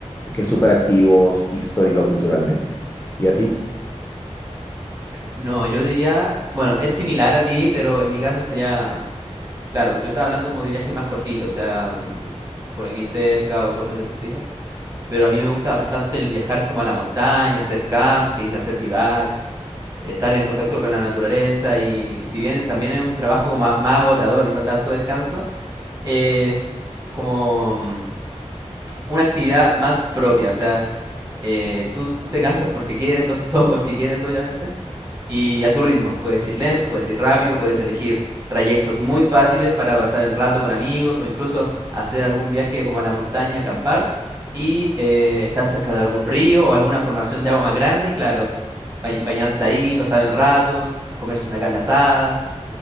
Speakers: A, on the left; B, on the right.
A: que súper activos histórico culturalmente. ¿Y a ti?
B: No, yo diría, bueno, es similar a ti, pero en mi caso sería, claro, yo estaba hablando como de viajes más cortitos, o sea, mm, por aquí cerca o cosas de ese estilo, pero a mí me gusta bastante el viajar como a la montaña, hacer camping, hacer bivacs, estar en contacto con la naturaleza y si bien también es un trabajo ma- más, agotador y no tanto descanso, es como mm, una actividad más propia, o sea, eh, tú te cansas porque quieres, tú haces todo porque quieres, obviamente, y a tu ritmo, puedes ir lento, puedes ir rápido, puedes elegir trayectos muy fáciles para pasar el rato con amigos o incluso hacer algún viaje como a la montaña, acampar y eh, estar cerca de algún río o alguna formación de agua más grande y claro, ba- bañarse ahí, pasar el rato, comerse una carne asada,